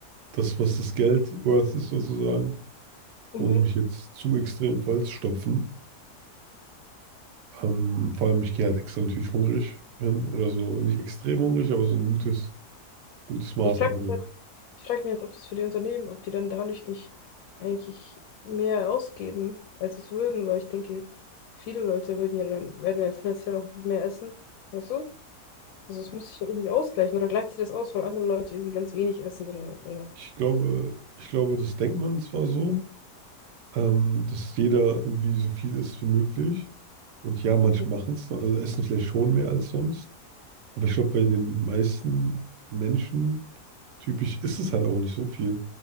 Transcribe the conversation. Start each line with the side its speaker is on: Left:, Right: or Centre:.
Right: das, was das Geld worth ist sozusagen,
Left: mhm.
Right: ohne mich jetzt zu extrem voll zu stopfen. Ähm, vor allem, ich gehe halt extra natürlich hungrig hin oder so, nicht extrem hungrig, aber so ein gutes, gutes Maß
Left: Ich frage
Right: an Hunger.
Left: mich halt Ich frage mich halt, ob das für die Unternehmen, ob die dann dadurch nicht eigentlich mehr ausgeben, als sie es würden, weil ich denke, viele Leute würden ja dann, werden ja tendenziell auch einfach mehr essen. Weißt du? Also es muss sich ja irgendwie ausgleichen oder gleicht sich das aus, weil andere Leute irgendwie ganz wenig essen oder, oder.
Right: Ich glaube, ich glaube, das denkt man zwar so, ähm, dass jeder irgendwie so viel isst wie möglich. Und ja, manche
Left: Mhm.
Right: machen es, also essen vielleicht schon mehr als sonst. Aber ich glaube, bei den meisten Menschen typisch ist es halt auch nicht so viel.